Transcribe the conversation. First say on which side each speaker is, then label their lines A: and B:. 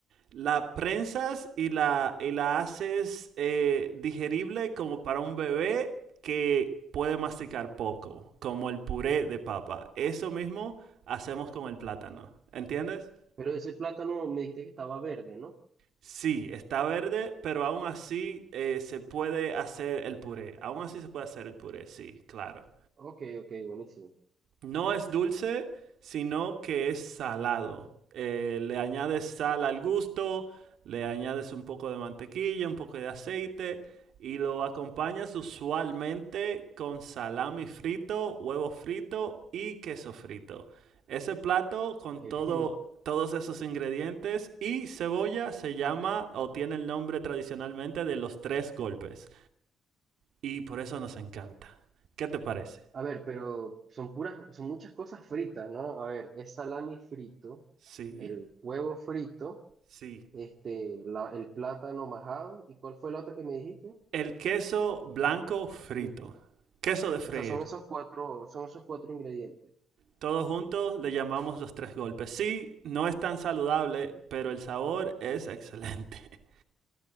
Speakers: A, on the right; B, on the right.
A: la prensas y la, y la haces eh, digerible como para un bebé que puede masticar poco, como el puré de papa. Eso mismo hacemos con el plátano, ¿entiendes?
B: Pero ese plátano me dijiste que estaba verde, ¿no?
A: Sí, está verde, pero aún así eh, se puede hacer el puré. Aún así se puede hacer el puré, sí, claro.
B: Ok, ok, buenísimo. <laughs>
A: No es dulce, sino que es salado. Eh, le añades sal al gusto, le añades un poco de mantequilla, un poco de aceite y lo acompañas usualmente con salami frito, huevo frito y queso frito. Ese plato con
B: Ok.
A: todo, todos esos ingredientes y cebolla se llama o tiene el nombre tradicionalmente de los tres golpes y por eso nos encanta. ¿Qué te parece?
B: A ver, pero son puras, son muchas cosas fritas, ¿no? A ver, es salami frito,
A: Sí,
B: el huevo frito,
A: sí.
B: este, la- el plátano majado, ¿y cuál fue la otra que me dijiste?
A: El queso blanco frito.
B: Listo.
A: Queso de freír.
B: O sea, son esos cuatro, son esos cuatro ingredientes.
A: Todos juntos le llamamos los tres golpes. Sí, no es tan saludable, pero el sabor es excelente. <laughs>